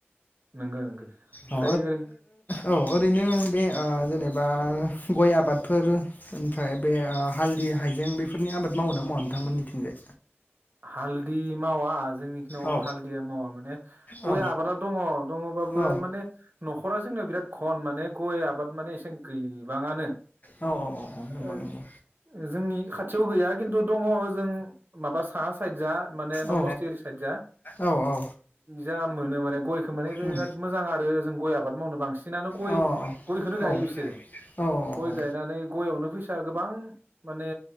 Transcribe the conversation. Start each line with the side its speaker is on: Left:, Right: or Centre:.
Right: नंगौ नंगो ओमफ्राय
Left: औ
Right: ओरै
Left: औ ओरैनो बे जेनेबा गय आबादफोर ओमफ्राय बे हालदै बे हाइजें बेफोरनि आबाद मावो ना मावा नोंथांमोननिथिंजाय
Right: हालदि मावा जोंनिखिनियाव
Left: औ
Right: हालदिया मावा माने गय
Left: औ
Right: आबादा दङ दङबाबो
Left: औ अ
Right: माने न'खरा जोंना बिराद खन माने गय आबाद माने एसेन गैबाङानो
Left: औ औ औ नंगौ
Right: ओ
Left: नंगौ
Right: जोंनि खाथियाव गैया खिन्थु दङ जों माबा साहा साइद जा माने नबस्ति
Left: औ
Right: ओरै साइद जा
Left: औ औ
Right: जा मोनो माने गयखौ माने बेराद
Left: उम
Right: मोजां आरो जों गय आबाद मावनो बांसिनानो गय
Left: अ औ
Right: गयखौनो गायो बिसोरो
Left: औ
Right: गय
Left: औ
Right: गायनानै गयावनो फैसा गो बां माने